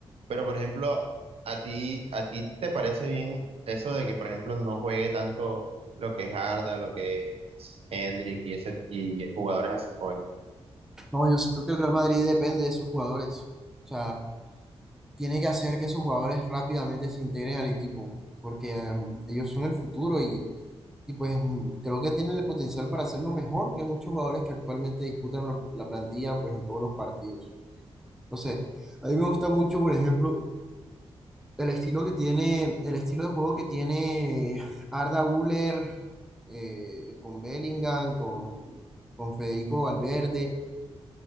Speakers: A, on the right; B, in the centre.
A: Pero por ejemplo, a ti, a ti te parece bien eso de que por ejemplo no juegue tanto lo que es Arda, lo que es Hendrik y ese y jugadores así jóvenes.
B: No, yo siento que el Real Madrid depende de sus jugadores. O sea, tiene que hacer que esos jugadores rápidamente se integren al equipo, porque em, ellos son el futuro y, y pues mm, creo que tienen el potencial para hacerlo mejor que muchos jugadores que actualmente disputan la la plantilla pues en todos los partidos. No sé, a mí me gusta mucho, por ejemplo, el estilo que tiene, el estilo de juego que tiene Arda Güler eh, con Bellingham, con, con Federico Valverde.